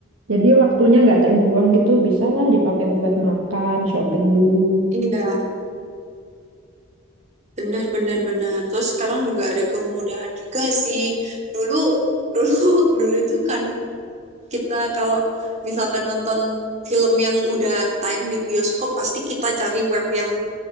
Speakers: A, on the right; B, on the right.
A: Jadi waktunya nggak terbuang gitu. Bisalah dipakai buat makan, shopping dulu.
B: Iya benar benar benar. Terus sekarang juga ada kemudahan juga sih. Dulu dulu <laughs> dulu itu kan kita kalau misalkan nonton film yang udah tayang di bioskop pasti kita cari web yang